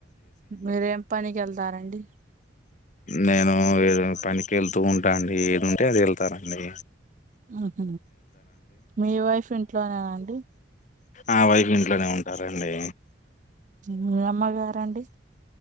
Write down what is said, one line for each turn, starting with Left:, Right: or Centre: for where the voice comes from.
Right: మీరేం పనిక్ ఎళ్తారండి
Left: నేను ఏద పనికి ఎళ్తూ ఉంటా అండి ఏద్ ఉంటే అది ఎళ్తానండి
Right: ఆహ మీ వైఫ్ ఇంట్లోనేనా అండి
Left: ఆ వైఫ్ ఇంట్లోనే ఉంటారండి.
Right: మీ అమ్మగారండి?